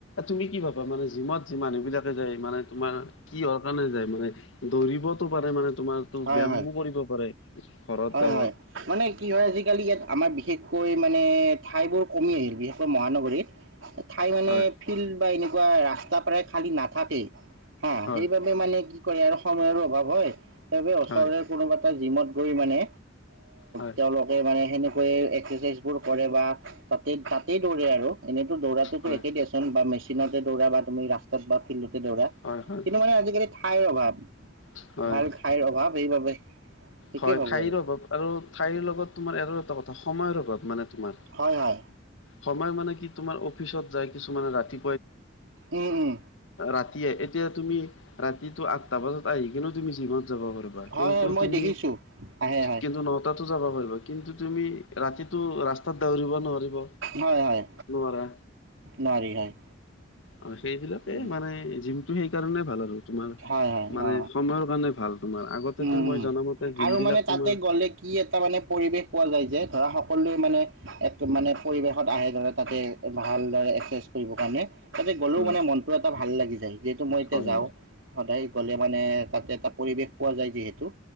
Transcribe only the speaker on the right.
হয়
হয়
হয় মানে কি হয় আজালি ইয়াত আমাৰ বিশষকৈ মানে ঠাইবোৰ কমি আহিল বিশেষকৈ মহানগৰীত। ঠাই মানে
ফিল্ড বা এনেকুৱা ৰাস্তা প্ৰায় খালী নাথাকে অহ,
সেইবাবে মানে কি কৰে আৰু সময়ৰো অভাৱ হয় সেইবাবে ওচৰৰে
কোনোবা এটা জিমত গৈ মানে
তেওঁলোকে মানে সেনেকৈয়ে এক্সাৰচাইজবোৰ কৰে বা তাতে তাতেই দৌৰে আৰু এনেইত দৌৰাটোতো
একেই
দিয়াচোন বা মেচিনতে দৌৰা বা তুমি ৰাস্তাত বা ফিল্ডত দৌৰা,
কিন্তু মানে আজিকালি ঠাইৰ অভাৱ,
ভাল ঠাইৰ অভাৱ সেইবাবে। সেইটোৱে
ভাবোঁ
আৰু
হয় হয়
উম উম
হয়
হয় মই
দেখিছো আহে হয়
হয় হয়
নোৱাৰি হয়।
উম
হয় হয়
অ
উম
উম
আৰু
মানে
তাতে গ'লে কি এটা মানে পৰিৱেশ পোৱা যায় যে ধৰা সকলোৱে মানে এক মানে পৰিৱেশত আহে ধৰা তাতে ভালদৰে এক্সচাইজ কৰিবৰ কাৰণে তাতে গ'লেও
মানে মনতটো এটা ভাল লাগি যায় যিহেতু মই এতিয়া
যাওঁ
সদায় গ'লে মানে তাতে ত পৰিৱেশ পোৱা যায় যিহেতু